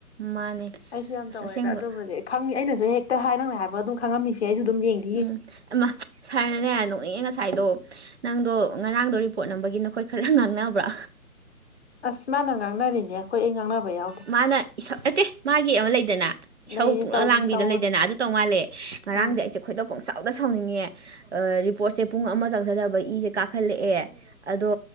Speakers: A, on the right; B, on the left.
A: ꯃꯥꯅꯦ
B: ꯑꯩꯁꯨ ꯌꯥꯝ
A: ꯑꯁ
B: ꯇꯧꯋꯦꯗ
A: ꯑꯁꯦꯡꯕ
B: ꯑꯗꯨꯕꯨꯗꯤ ꯈꯪꯉꯤ ꯑꯩꯅꯁꯨ ꯍꯦꯛꯇ ꯍꯥꯏ ꯅꯪꯅ ꯍꯥꯏꯕ ꯑꯗꯨꯝ ꯈꯪꯂꯝꯃꯤꯁꯦ ꯑꯩꯁꯨ ꯑꯗꯨꯝ ꯌꯦꯡꯉ
A: ꯎꯝ ꯑꯃ ꯁꯥꯔꯅꯅꯦ ꯅꯣꯛꯅꯤꯡꯑ ꯉꯁꯥꯏꯗꯣ ꯅꯪꯗꯣ ꯉꯔꯥꯡꯗꯣ ꯔꯤꯄꯣꯔꯠ ꯅꯝꯕꯒꯤ ꯅꯈꯣꯏ ꯈꯔ ꯉꯥꯡꯅꯕ꯭ꯔꯥ
B: ꯑꯁ ꯃꯥꯟꯅꯥꯡꯅꯔꯤꯅꯦ ꯑꯩꯈꯣꯏ ꯑꯦꯡꯉꯥꯡꯅꯥꯕꯎ
A: ꯃꯥꯅ ꯏꯁꯛ ꯅꯠꯇꯦ ꯃꯥꯒꯤ ꯑꯃ ꯂꯩꯗꯅ ꯏꯁꯧ
B: ꯂꯩ
A: ꯄꯛꯂꯞ
B: ꯇꯧꯕꯅꯤ
A: ꯂꯥꯡꯕꯤꯗꯅ
B: ꯇꯧꯕꯅꯤ
A: ꯂꯩꯗꯅ ꯑꯗꯨ ꯇꯧ ꯃꯥꯜꯂꯦ ꯉꯔꯥꯡꯗꯤ
B: ꯎꯝ
A: ꯑꯩꯁꯦ ꯈꯣꯏꯗꯣꯛ ꯄꯆꯞ ꯐꯥꯎꯗ ꯁꯥꯎꯅꯤꯡꯉꯦ ꯔꯤꯄꯣꯔꯠꯁꯦ ꯄꯨꯡ ꯑꯃ ꯆꯪꯁꯤꯗꯕ ꯏꯁꯦ ꯀꯥꯈꯠꯂꯛꯑꯦ ꯑꯗꯣ